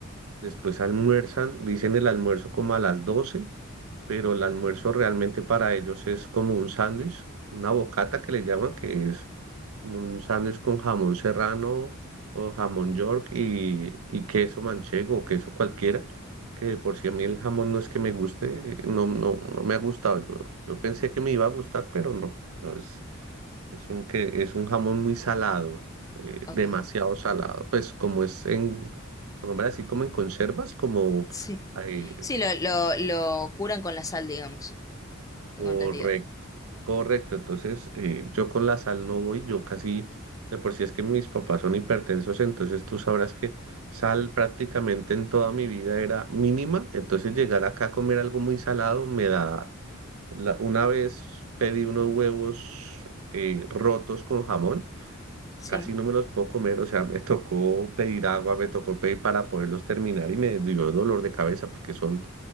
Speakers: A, on the right; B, on the left.
A: Después almuerzan, dicen el almuerzo como a las 12, pero el almuerzo realmente para ellos es como un sándwich, una bocata que le llaman, que es un sándwich con jamón serrano o jamón york y, y queso manchego o queso cualquiera, que de por si a mí el jamón no es que me guste, eh, no, no, no me ha gustado. Yo, yo pensé que me iba a gustar, pero no, no es. Es un, que, es un jamón muy salado, eh,
B: ok.
A: demasiado salado. Pues como es en, como hombre, así como en conservas, como
B: Sí.
A: eh,
B: Sí, lo, lo, lo curan con la sal, digamos. Tengo
A: correcto,
B: entendido.
A: correcto. Entonces, eh, yo con la sal no voy, yo casi, de por sí es que mis papás son hipertensos, entonces tú sabrás que sal prácticamente en toda mi vida era mínima. Entonces llegar acá a comer algo muy salado me da, la- una vez pedí unos huevos eh, rotos con jamón.
B: Sí,
A: casi no me los puedo comer, o sea, me tocó pedir agua, me tocó pedir para poderlos terminar y me dio dolor de cabeza porque son